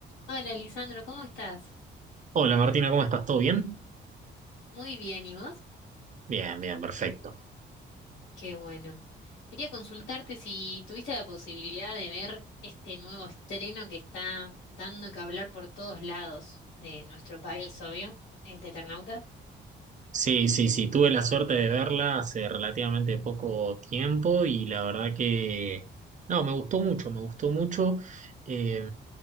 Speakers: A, on the left; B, on the right.
A: Hola, Lisandro, ¿cómo estás?
B: Hola Martina, ¿cómo estás? ¿Todo bien?
A: Muy bien, ¿y vos?
B: Bien, bien, perfecto.
A: Qué bueno. Quería consultarte si tuviste la posibilidad de ver este nuevo estreno que está dando que hablar por todos lados de nuestro país, obvio, el de Eternauta.
B: Sí, sí, sí, tuve la suerte de verla hace relativamente poco tiempo y la verdad que, no, me gustó mucho, me gustó mucho. Eh,